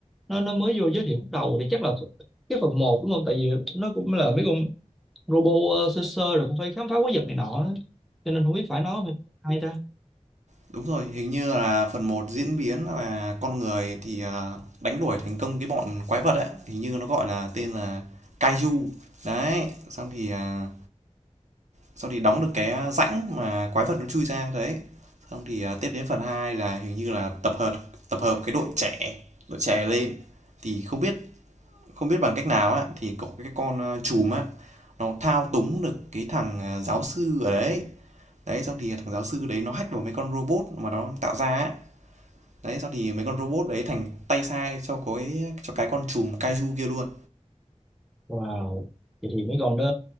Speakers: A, in the centre; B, on the right.
A: nó nó mới vô giới thiệu lúc đầu thì chắc là cái phần một đúng không tại vì nó cũng là mấy con robot ờ, sơ sơ rồi cũng phải khám phá quái vật này nọ á. cho nên không biết phải nói hay ta.
B: Đúng rồi, hình như là phần một diễn biến là con người thì à, đánh đuổi thành công cái bọn quái vật ấy, hình như nó gọi là tên là Kaiju. Đấy, xong thì à, xong thì đóng được cái rãnh mà quái vật nó chui ra đấy. Xong thì à, tiếp đến phần 2 là hình như là tập hợp tập hợp cái đội trẻ, đội trẻ lên thì không biết không biết bằng cách nào á thì có cái con uh, trùm á nó thao túng được cái thằng à, giáo sư ở đấy đấy xong thì thằng giáo sư đấy nó hack vào mấy con robot mà nó tạo ra á đấy xong thì mấy con robot đấy thành tay sai cho cái cho cái con trùm kaiju kia luôn
A: Wow, vậy thì mấy con đó